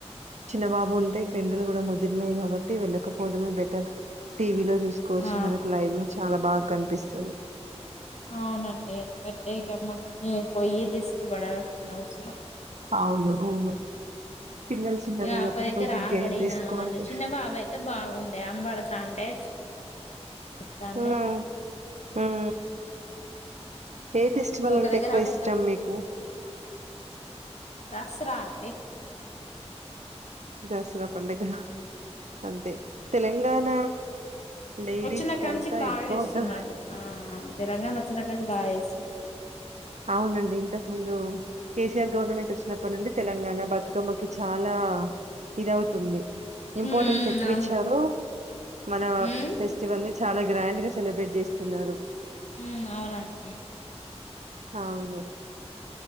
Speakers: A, on the right; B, on the left.
A: చిన్న బాబు ఉంట ఎండలు కూడా ముదిరినాయి కాబట్టి వెళ్ళకపోవడమే బెటర్ టీవీలో చూసుకోవచ్చు
B: ఆ
A: మనకు లైవ్ లో చాలా బాగా కనిపిస్తరు
B: అవునండి ఎందుకంటే ఇకమ్ మల్ని పోయి తీసుకుబడాల్సిన అవసరం
A: అవును అవును పిల్లలు చిన్నగున్నప్పుడు
B: ఇక అమ్మ దగ్గర
A: కొంచెం
B: ఆగడినా
A: కేర్ దీసుకోవాలి.
B: మళ్ళీ చిన్న బాబు అయితే బాగుండే అంబడతా అంటే ఇస్తాంటే
A: హ్మ్. హ్మ్. ఏ ఫెస్టివల్
B: ఒక
A: అంటే
B: దగ్గర
A: ఎక్కువ
B: ఆగుతారా
A: ఇష్టం మీకు
B: దసరా అంటే
A: దసరా పండుగ అంతే తెలంగాణ లేడీస్‌కంతా
B: వచ్చినా కంచి బాగా
A: ఎక్కువగా
B: చేస్తున్నారు ఆ తెలంగాణ వచ్చినాకచ్చి బాగా చేస్తుంటారు
A: అవునండి ఇంతకు ముందు కేసీఆర్ గవర్నమెంట్ వచ్చినప్పటి నుండి తెలంగాణ బతుకమ్మకి చాలా ఆ ఇదవుతుంది ఇంపార్టెన్స్
B: ఉమ్ ఉమ్
A: ఎక్కువ
B: అవును
A: ఇచ్చారు మన
B: హ్మ్.
A: ఫెస్టివల్ ని చాలా గ్రాండ్ గా సెలబ్రేట్ చేస్తున్నారు
B: ఉమ్ అవునండి
A: అవును